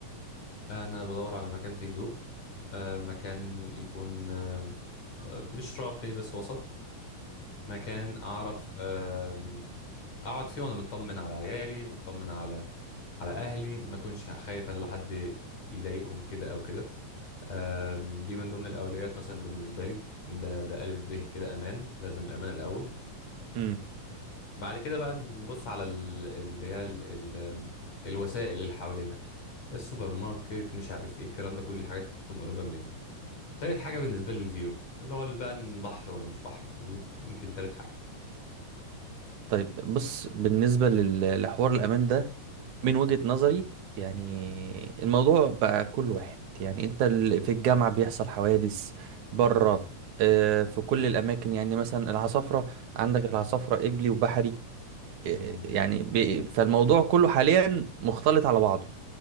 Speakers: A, on the left; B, on the right.
A: انا بدور على مكان فيه هدوء آه مكان يكون آه آه، مش راقي بس وسط مكان اعرف آه اقعد فيه وانا مطمن على عيالي مطمن على على اهلي ما اكونش خايف ان حد يضايقهم كده او كده آم، دي من ضمن الاولويات مثلا بالنسبه لي ده ده الف ب كده امان لازم الامان الاول
B: امم
A: بعد كده بقى نبص على ال- اللي هي ال... ال... الوسائل اللي حوالينا السوبر ماركت مش عارف ايه الكلام ده كل حاجات تكون قريبة مني تالت حاجة بالنسبة لي الفيو اللي هو بقى إن بحر ولا مش بحر دي يمكن تالت حاجة
B: طيب بص بالنسبة لل- لحوار الأمان ده من وجهة نظري يعني الموضوع بقى كل واحد يعني انت ال- في الجامعة بيحصل حوادث بره آه، في كل الأماكن يعني مثلا العصافرة عندك العصافرة إبلي وبحري آه،
A: امم
B: يعني بي- فالموضوع كله حاليا مختلط على بعضه